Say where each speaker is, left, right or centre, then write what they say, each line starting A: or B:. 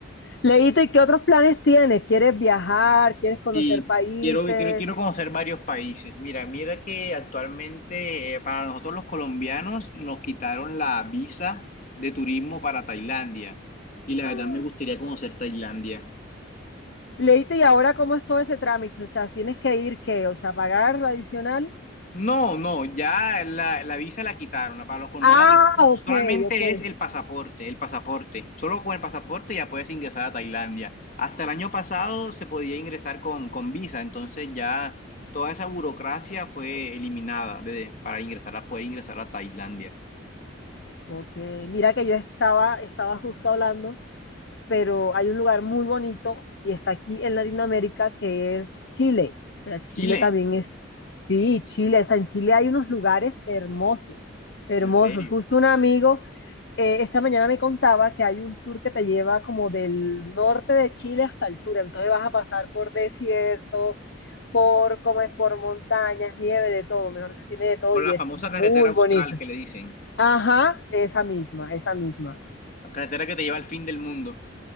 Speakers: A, on the left; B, on the left.
A: Leíto, ¿y qué otros planes tienes? ¿Quieres viajar? ¿Quieres conocer
B: Sí,
A: países?
B: quiero, quiero, quiero conocer varios países. Mira, mira que actualmente eh, para nosotros los colombianos nos quitaron la visa de turismo para Tailandia. Y la
A: Ah.
B: verdad me gustaría conocer Tailandia.
A: Leíto, ¿y ahora cómo es todo ese trámite? O sea, ¿tienes que ir qué? O sea, ¿pagar lo adicional?
B: No, no, ya la, la visa la quitaron, la- para los colombianos
A: Ah,
B: la quitaron.
A: ok,
B: Solamente
A: ok.
B: es el pasaporte, el pasaporte. Solo con el pasaporte ya puedes ingresar a Tailandia. Hasta el año pasado se podía ingresar con, con visa, entonces ya toda esa burocracia fue eliminada de- para ingresar a, poder ingresar a Tailandia.
A: Ok, mira que yo estaba, estaba justo hablando pero hay un lugar muy bonito y está aquí en Latinoamérica que es Chile. O sea, Chile
B: Chile,
A: también es, sí, Chile, o sea, en Chile hay unos lugares hermosos, hermosos.
B: en serio.
A: Justo un amigo eh, esta mañana me contaba que hay un tour que te lleva como del norte de Chile hasta el sur, entonces vas a pasar por desierto, por, como es, por montañas, nieve, de todo, mejor dicho, tiene de todo
B: Por
A: y
B: la famosa
A: es muy
B: carretera austral
A: bonito.
B: que le dicen.
A: Ajá, esa misma, esa misma.
B: La carretera que te lleva al fin del mundo.